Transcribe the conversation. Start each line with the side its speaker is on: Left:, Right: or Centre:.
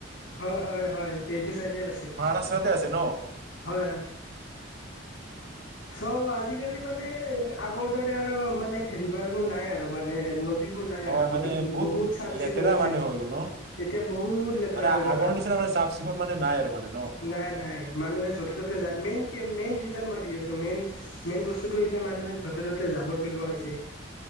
Left: হয় হয়-হয়, এইটো চাইদে আছে,
Right: মহাৰাষ্ট্ৰতে আছে ন
Left: হয়- হয়। চ' আজিকালি মানে আগৰ দৰে আৰু মানে ৰিভাৰবোৰ নাই আৰু মানে ন এইবোৰ নাই
Right: হয়
Left: আৰু আগতে
Right: মানে
Left: বহুত চাফ
Right: লেতেৰা
Left: চিকুণ আছিল,
Right: মানে হৈ গ'ল ন
Left: এতিয়া বহুত লেতেৰা
Right: মানে
Left: হৈ গ'ল,
Right: আগৰ নিচিনা মানে চাফ চিকুণ মানে নাই আৰু মানে ন
Left: নাই-নাই মানুহে য'তে ত'তে যায়, মেইন কি মেইন ৰিজন মই দি আছো। মেইন-মেইন বস্তুটো হৈছে মানুহে য'তে ত'তে জাবৰ পেলোৱা হৈছে।